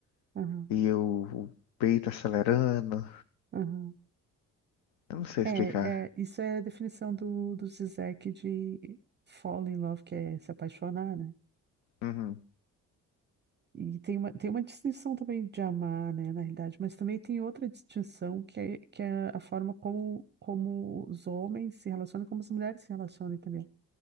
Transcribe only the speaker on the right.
aham,
aham.
É, é, isso é a definição do, do Zizek de fall in love, que é se apaixonar, né?
E tem uma, tem uma distinção também de amar, né, na realidade, mas também tem outra distinção que é, que é a forma como, como os homens se relacionam e como as mulheres se relacionam também,